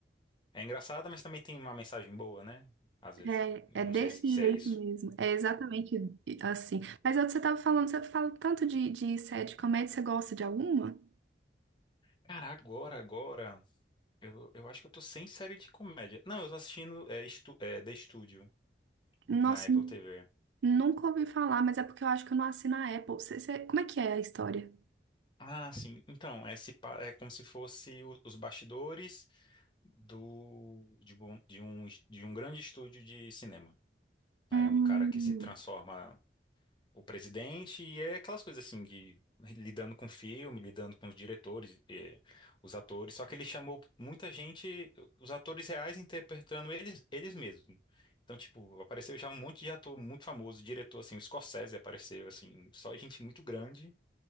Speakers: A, on the left; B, on the right.
A: É engraçada, mas também tem uma mensagem boa, né? Às vezes.
B: É,
A: Não
B: é desse
A: sei se se
B: jeito
A: é isso.
B: mesmo, é exatamente assim. Mas é o que você tava falando, você fala tanto de, de série de comédia, você gosta de alguma?
A: Cara, agora, agora. Eu, eu acho que eu tô sem série de comédia. Não, eu tô assistindo é, estu, é, The Studio
B: Nossa,
A: na Apple TV.
B: Nunca ouvi falar, mas é porque eu acho que eu não assino a Apple. Cê- cê- como é que é a história?
A: Ah, sim. Então, é, se pa- é como se fosse o- os bastidores do, de, bom- de um, de um grande estúdio de cinema. Aí
B: Hum,
A: é um cara que se transforma o presidente, e é aquelas coisas assim de lidando com filme, lidando com os diretores, eh, os atores, só que ele chamou muita gente, os atores reais interpretando eles, eles mesmos. Então, tipo, apareceu já um monte de ator muito famoso, diretor, assim, o Scorsese apareceu, assim, só gente muito grande